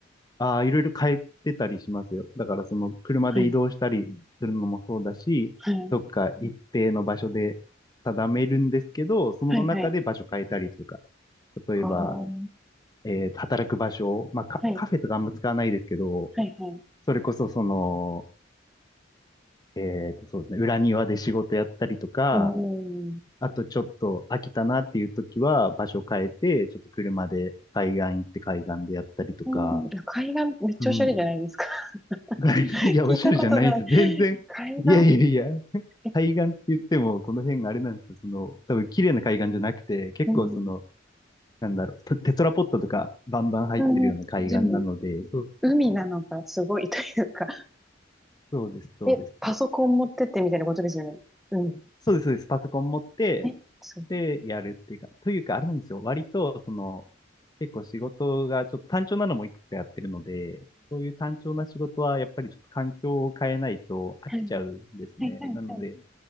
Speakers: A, on the left; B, in the centre.
A: ああ、いろいろ変えてたりしますよ。だからその車で移動したりするのもそうだし、
B: はい、はい、
A: どっか一定の場所で定めるんですけど、その中で場所変えたりとか、
B: はい、はい。
A: 例えば
B: ああ、は
A: えー働く場所、まあカ、
B: い、
A: カフェとかあんま使わないですけど、
B: はい、はい。
A: それこそその、えーと、そうですね、裏庭で仕事やったりとか、
B: おん。
A: あとちょっと飽きたなっていう時は場所変えて、ちょっと車で海岸行って海岸でやったりとか、
B: うん、海岸、めっちゃおしゃれじゃないですか。
A: うん。<laughs>
B: <laughs>
A: いや、おしゃれじゃないんですよ。
B: 聞いたことない。
A: 全然。
B: 海岸
A: いやいやいや。
B: え、
A: 海岸って言っても、この辺があれなんですよ。その、多分綺麗な海岸じゃなくて、結構その、
B: うん。
A: なんだろう、テテトラポットとかバンバン入ってるような海岸なので、
B: うん。でも、
A: そうそう
B: 海なのがすごいというか、
A: そうです、そうです。
B: え、パソコン持ってってみたいなことですよね。うん。
A: そうです、そうです。パソコン持って、
B: え、そう。
A: で、やるっていうか、というか、あれなんですよ。割と、その、結構仕事がちょっと単調なのもいくつかやってるので、そういう単調な仕事は、やっぱりちょっと環境を変えないと飽きちゃうんですね。
B: はい、はい、はい、
A: なので、
B: はい。